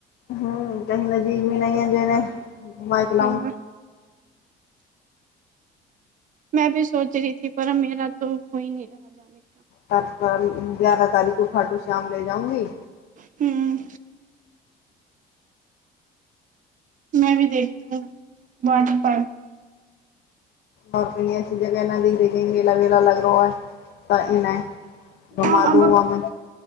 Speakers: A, on the left; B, on the right.
A: ह कहि नजीब भी नहि ने घुमायके
B: हाँ
A: ल
B: में भी सोच रही थी पर मेरा त होइ न रह जाान
A: तरकाराली गगारह तारीख को घाटू शाम ले जाउगी
B: ह्म में भी देखती ह बात पार
A: आओरनी असी जगह ए नहि देखे की गेला वेला लग तऽ इ घुमा
B: हाँ अब
A: दोवमे